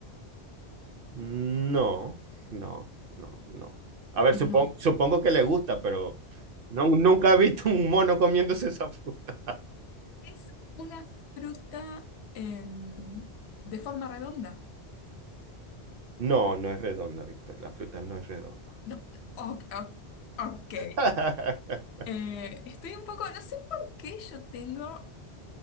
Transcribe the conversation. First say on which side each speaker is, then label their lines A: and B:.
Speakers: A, on the right (about 60°); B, on the left (about 75°).
A: No, no, no, no. A ver,
B: No,
A: supongo, supongo que le gusta, pero no, nunca he visto un mono comiéndose esa fruta.
B: es una fruta em, de forma redonda.
A: No, no es redonda, Víctor. La fruta no es redonda.
B: No, o- o- ok.
A: <laughs>
B: Eh, estoy un poco, no sé por qué yo tengo